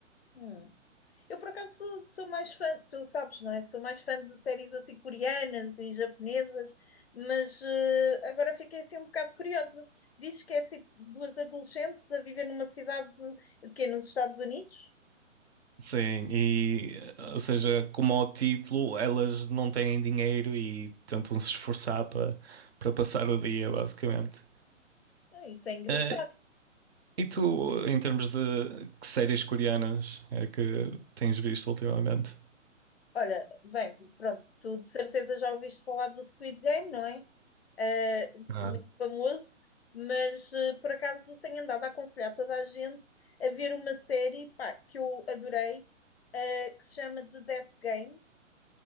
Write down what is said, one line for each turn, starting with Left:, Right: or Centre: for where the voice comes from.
Left: Hum. Eu, por acaso, sou, sou mais fã, tu sabes, não é? Sou mais fã de séries assim coreanas e japonesas, mas eh, agora fiquei assim um bocado curiosa. Dizes que é assim duas adolescentes a viver numa cidade que é nos Estados Unidos?
Right: Sim, e ou seja, como ao título, elas não têm dinheiro e tentam se esforçar para para passar o dia, basicamente.
Left: Ah, isso é engraçado.
Right: Eh, e tu, em termos de que séries coreanas é que tens visto ultimamente?
Left: Olha, bem, pronto, tu de certeza já ouviste falar do Squid Game, não é? Eh,
Right: Ah.
Left: muito famoso, mas eh, por acaso tenho andado a aconselhar toda a gente a ver uma série, pá, que eu adorei eh, que se chama The Death Game,